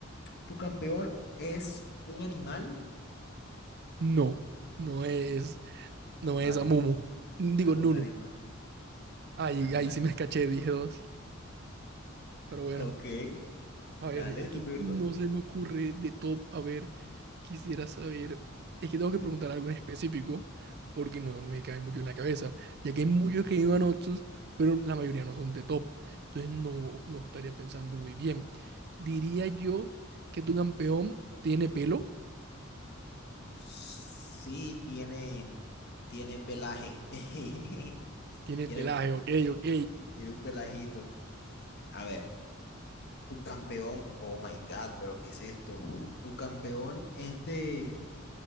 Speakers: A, on the left; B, on the right.
A: ¿Tu campeón es un animal?
B: No, no es, no
A: vale,
B: es Amumu. Digo,
A: no es un
B: Nuno.
A: animal.
B: Ay,
A: No es un
B: ahí
A: animal.
B: sí me escaché, dije dos, pero bueno.
A: Ok,
B: A ver,
A: dale,
B: es que
A: tu turno.
B: no se me ocurre de top. A ver, quisiera saber. Es que tengo que preguntar algo en específico porque no me cae mucho en la cabeza, ya que hay
A: Ujú.
B: muchos que iban otros, pero la mayoría no son de top. Entonces no, no estaría pensando muy bien. Diría yo que tu campeón tiene pelo,
A: Sí, tiene, tiene pelaje. <laughs>
B: tiene
A: Tiene,
B: pelaje, ok, ok.
A: y tiene un pelajito. A ver, tu campeón, oh my God, pero ¿qué es esto? Tu campeón es de,